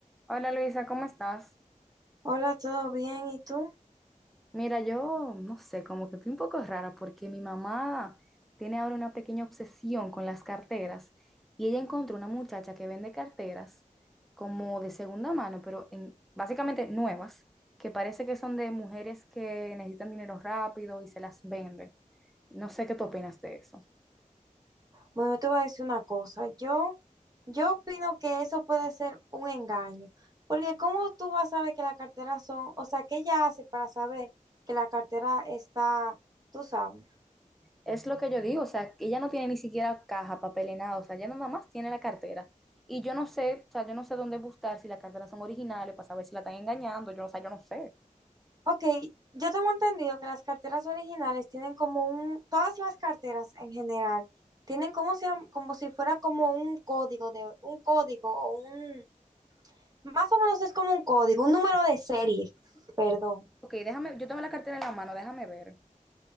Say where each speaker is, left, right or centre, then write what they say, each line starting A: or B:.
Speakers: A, in the centre; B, on the right (about 30°).
A: Hola Luisa, ¿cómo estás?
B: Hola, ¿todo bien? ¿Y tú?
A: Mira, yo no sé, como que estoy un poco rara porque mi mamá tiene ahora una pequeña obsesión con las carteras y ella encontró una muchacha que vende carteras como de segunda mano, pero en, básicamente nuevas, que parece que son de mujeres que necesitan dinero rápido y se las vende. No sé qué tú opinas de eso.
B: Bueno, yo te voy a decir una cosa. Yo, yo opino que eso puede ser un engaño, porque ¿cómo tú vas a saber que la cartera son, o sea, qué ella hace para saber que la cartera está, tú sabes?
A: Es lo que yo digo, o sea, que ella no tiene ni siquiera caja, papel ni nada, o sea, ella nada más tiene la cartera. Y yo no sé, o sea, yo no sé dónde buscar si las carteras son originales para saber si la están engañando, yo no, o sea, yo no sé.
B: Ok, yo tengo entendido que las carteras originales tienen como un, todas las carteras en general, tienen como si, como si fuera como un código de, un código o un, más o menos es como un código, un número de serie, perdón.
A: Ok, déjame, yo tengo la cartera en la mano, déjame ver.